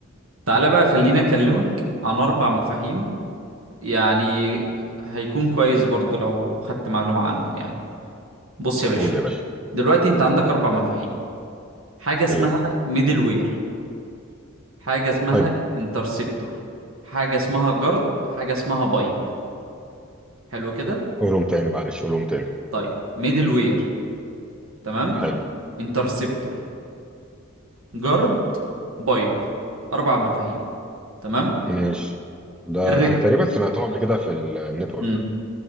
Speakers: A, on the right; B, in the centre.
A: تعالى بقى خلينا اكلمك عن اربع مفاهيم يعني هيكون كويس برضو لو خدت معلومة عنهم يعني بص يا باشا
B: قول يا باشا
A: دلوقتي انت عندك اربع مفاهيم حاجه اسمها
B: إيه
A: ميدل وير حاجه اسمها
B: حلو
A: انترسبتور حاجه اسمها جارد حاجه اسمها بايب حلو كده
B: قولهم تاني معلش قولهم تاني
A: طيب ميدل وير تمام
B: حلو
A: انترسبتور جارد بايب اربع مفاهيم تمام
B: ماشي ده
A: الرك
B: أنا تقريبا سمعتهم قبل كده في النتورك
A: مم.